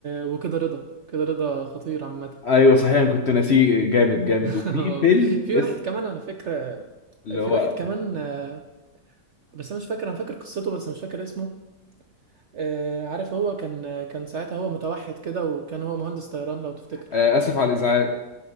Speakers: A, on the right; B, on the left.
A: وكده رضا كده رضا خطير عامة
B: ايوه صحيح أنا كنت ناسيه جامد جامد
A: <laughs>
B: وفي فيلم
A: في
B: اس
A: واحد كمان على فكرة
B: اللي
A: في
B: هو
A: واحد كمان آه، بس أنا مش فاكر أنا فاكر قصته بس مش فاكر اسمه آه، عارف هو كان كان ساعتها هو متوحد كده وكان هو مهندس طيران لو تفتكر
B: آه، اسف على الازعاج